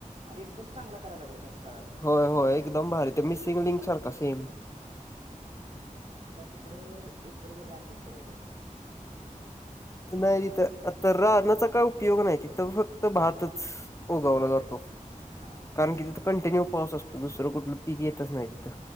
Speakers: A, on the right (about 50°); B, on the left (about 20°).
A: अरे एकदंम चांगलं करायलां लागल्यातं अंस कळालं
B: होयं होयं एकदंम भारी ते मिसिंग लिंक सांरखा सेमं.
A: हां म्हणतां तिकडं एकरबंर रांन घेतलं पाहिजे आपल्यालां
B: नाहीं तिथं तरं राणाचां कायं उपयोग नाहीं तिथं फक्तं भातचं. ऊगावलां
A: भात
B: जातो
A: आहे का हा
B: कारणं की तिथं कंटिन्यू पाऊस असतो दुसरं कुठलं पीक येतंच नाहीं तिथं.